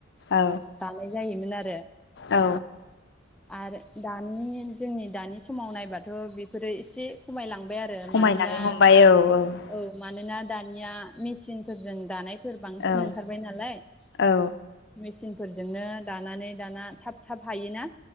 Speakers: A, on the left (about 60°); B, in the centre.
A: औ
B: दानाय जायोमोन आ
A: औ
B: <unintelligible> आरो दानि जोंनि दानि समाव नायबाथ' बिफोरो एसे खमायलां बाय आरो
A: खमायलांनो
B: मानोना
A: हमबाय औ औ
B: ओ मानोना दानिया मिचीनफोरजों दानाय फोर बांसिन
A: औ
B: ओंखारबाय नालाय
A: औ
B: मिचिन फोरजोंनो दानानै दाना थाब थाब हायोना